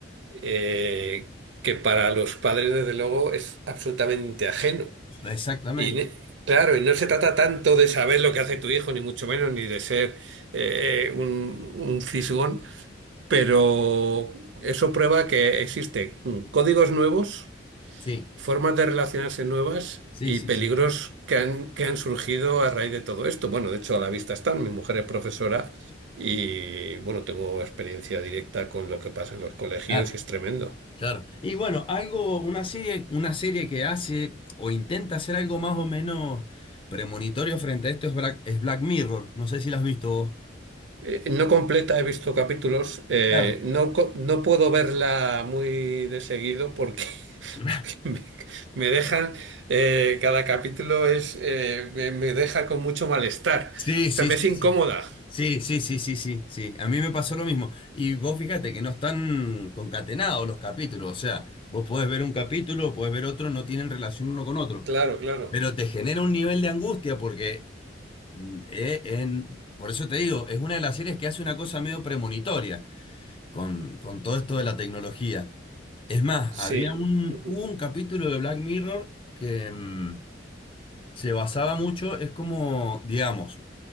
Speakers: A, on the right (about 65°); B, on the left (about 30°).
A: eh, que para los padres, desde luego, es absolutamente ajeno.
B: Exactamente.
A: Y ne- claro, y no se trata tanto de saber lo que hace tu hijo, ni mucho menos, ni de ser eh, un, un fisgón, pero eso prueba que existen códigos nuevos,
B: Sí,
A: formas de relacionarse nuevas
B: sí,
A: y
B: sí,
A: peligros
B: sí.
A: que han, que han surgido a raíz de todo esto. Bueno, de hecho, a la vista están. Mi mujer es profesora y, bueno, tengo experiencia directa con lo que pasa en los colegios
B: Claro,
A: y es tremendo.
B: claro. Y bueno, algo, una serie, una serie que hace o intenta hacer algo más o menos premonitorio frente a esto es Black, es Black Mirror. No sé si la has visto vos.
A: Eh, No completa, he visto capítulos. eh,
B: Claro.
A: no, co- no puedo verla muy de seguido porque, <laughs>
B: <laughs>
A: porque me, me dejan, eh, cada capítulo es, eh, me, me deja con mucho malestar.
B: Sí, sí,
A: O sea, me
B: sí,
A: es incómoda.
B: sí. Sí, sí, sí, sí, sí, sí. A mí me pasó lo mismo. Y vos fíjate que no están concatenados los capítulos. O sea, vos podés ver un capítulo, podés ver otro, no tienen relación uno con otro.
A: Claro, claro.
B: Pero te genera un nivel de angustia porque, mm, eh, en- por eso te digo, es una de las series que hace una cosa medio premonitoria con, con todo esto de la tecnología. Es más,
A: Sí.
B: había un,
A: ujú.
B: hubo un capítulo de Black Mirror que mm, se basaba mucho, es como, digamos,